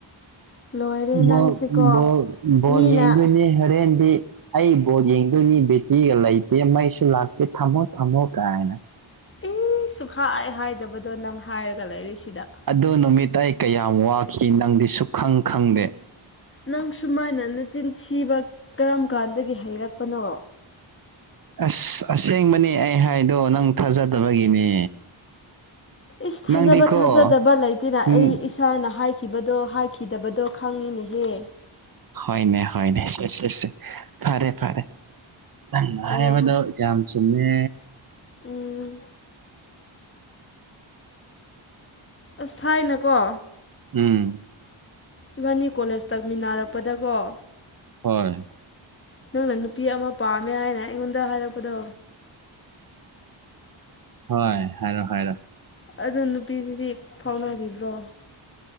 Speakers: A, on the left; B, on the right.
A: ꯂꯣꯏꯔꯦ ꯅꯪꯁꯤꯀꯣ
B: ꯕꯣꯜ ꯕꯣꯜ ꯕꯣꯜ
A: ꯃꯤꯅ
B: ꯌꯦꯡꯗꯣꯏꯅꯦ ꯍꯣꯔꯦꯟꯗꯤ ꯑꯩ ꯕꯣꯜ ꯌꯦꯡꯗꯣꯏꯅꯤ ꯕꯦꯇꯤꯒ ꯂꯩꯇꯦ ꯃꯩꯁꯨ ꯂꯥꯛꯇꯦ ꯊꯝꯃꯣ ꯊꯝꯃꯣ ꯀꯥꯏꯅ
A: ꯏꯁ ꯁꯨꯛꯍꯥꯏ ꯍꯥꯏꯗꯕꯗꯣ ꯅꯪ ꯍꯥꯏꯔꯒ ꯂꯩꯔꯤꯁꯤꯗ
B: ꯑꯗꯣ ꯅꯨꯃꯤꯠꯇ ꯑꯩ ꯀꯌꯥꯝ ꯋꯥꯈꯤ ꯅꯪꯗꯤ ꯁꯨꯈꯪ ꯈꯪꯗꯦ
A: ꯅꯪ ꯁꯨꯃꯥꯏꯅ ꯅꯆꯤꯟ ꯊꯤꯕ ꯀꯔꯝ ꯀꯥꯟꯗꯒꯤ ꯍꯩꯔꯛꯄꯅꯣ
B: ꯑꯁ ꯑꯁꯦꯡꯕꯅꯦ ꯑꯩ ꯍꯥꯏꯗꯣ ꯅꯪ ꯊꯥꯖꯗꯕꯒꯤꯅꯦ
A: ꯏꯁ ꯊꯥꯖꯕ
B: ꯅꯪꯗꯤꯀꯣ
A: ꯊꯥꯖꯗꯕ ꯂꯩꯇꯦꯅ
B: ꯎꯝ
A: ꯑꯩ ꯏꯁꯥꯅ ꯍꯥꯏꯈꯤꯕꯗꯣ ꯍꯥꯏ ꯈꯤꯗꯕꯗꯣ ꯈꯪꯉꯤꯅꯦꯍꯦ
B: ꯍꯣꯏꯅꯦ ꯍꯣꯏꯅꯦ ꯁꯦ ꯁꯦ ꯁꯦ ꯐꯔꯦ ꯐꯔꯦ ꯅꯪꯅ
A: ꯑꯣ
B: ꯍꯥꯏꯕꯗꯣ ꯌꯥꯝ ꯆꯨꯝꯃꯦ
A: ꯎꯝ ꯑꯁ ꯊꯥꯏꯅꯀꯣ
B: ꯎꯝ
A: ꯏꯕꯥꯅꯤ ꯀꯣꯂꯦꯖ ꯇꯝꯃꯤꯟꯅꯔꯛꯄꯗꯀꯣ
B: ꯍꯣꯏ
A: ꯅꯪꯅ ꯅꯨꯄꯤ ꯑꯃ ꯄꯥꯝꯃꯦ ꯍꯥꯏꯅ ꯑꯩꯉꯣꯟꯗ ꯍꯥꯏꯔꯛꯄꯗꯣ
B: ꯍꯣꯏ ꯍꯥꯏꯔꯣ ꯍꯥꯏꯔꯣ
A: ꯑꯗꯨ ꯅꯨꯄꯤꯗꯨꯗꯤ ꯐꯥꯎꯅꯔꯤꯕ꯭ꯔꯣ